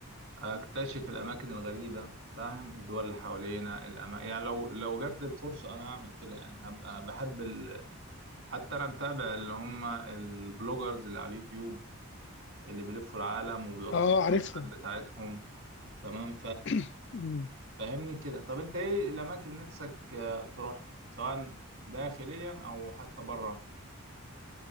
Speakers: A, on the right; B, on the left.
A: اكتشف الاماكن الغريبه فاهم الدول اللي حوالينا الأما... يعني لو لو جات لي الفرصه انا هعمل كده يعني هبقى بحب ال... حتى انا متابع اللي هم البلوجرز اللي على اليوتيوب اللي بيلفوا العالم وبيوثقوا
B: اه عارفهم
A: الرحلات بتاعتهم تمام
B: <clears throat> مم.
A: ففهمني كده طب انت ايه الاماكن اللي نفسك آه، تروحها سواء داخليا او حتى بره